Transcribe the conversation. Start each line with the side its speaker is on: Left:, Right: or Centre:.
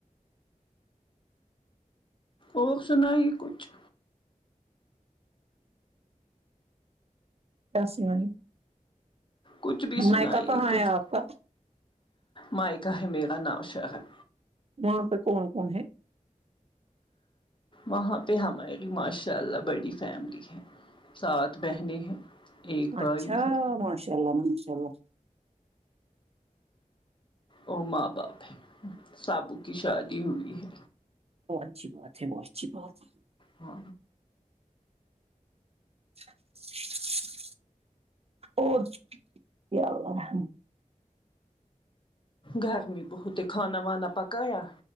Left: اور سنا ہی کچھ
Right: بسے بائی
Left: کچھ بھی سنائیے
Right: میکا کہا
Left: کچھ
Right: ہی آپ کا
Left: مائکا ہی میرا ناؤ شخت
Right: وہاں پہ کون کون ہے
Left: وہاں پہ ہماری ماشاء اللہ بڑی فیملی ہے سات بہنیں ہیں ایک بھائی
Right: اچھا
Left: ہے
Right: ماشاء اللہ ماشاء اللہ
Left: ا ماں باپ ہے سب کی شادی ہوئی ہے
Right: وہ اچھی بات ہے وہ اچھی بات ہے
Left: ہ
Right: <inaudible> او ر یا اللہ رحم
Left: گھر میں خود ہی کھانا وانا پکایا